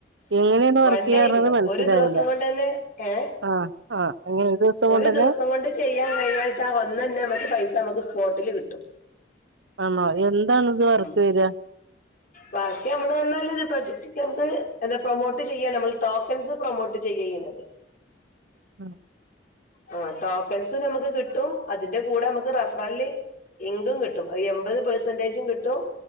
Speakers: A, on the right; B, on the left.
A: എങ്ങനെയാണ് വർക്ക്
B: വൺ
A: ചെയ്യാറുള്ളത്
B: ഡേ ഇൻകം
A: മനസ്സിലായില്ല
B: ഒരു ദിവസം കൊണ്ട് തന്നെ ഏഹ
A: ആഹ് ആഹ് എങ്ങനെ ദിവസം
B: ഒരു
A: കൊണ്ടന്നെ
B: ദിവസം കൊണ്ട് ചെയ്യാൻ കഴിഞ്ഞാഴ്ചാ ഒന്നന്നെ നമുക്ക് പൈസ നമുക്ക് സ്പോട്ടില് കിട്ടും
A: ആണോ എന്താണ ഇത് വർക്ക്
B: ഉം
A: വരിക
B: വർക്ക് നമ്മള് വന്നാൽ ഇത് പ്രൊജക്ട് ഒ നമുക്ക് എന്താ പ്രൊമോട്ട് ചെയ്യാം നമ്മൾ ടോക്കൺസ് പ്രൊമോട്ട് ചെയ്യാം ചെയ്യുന്നത്
A: ആഹ
B: ആ ടോക്കൺസ് നമുക്ക് കിട്ടും അതിന്റെ കൂടെ നമുക്ക് റഫറല് എങ്കും കിട്ടും എൺപത് പെർസെന്റേജും കിട്ടും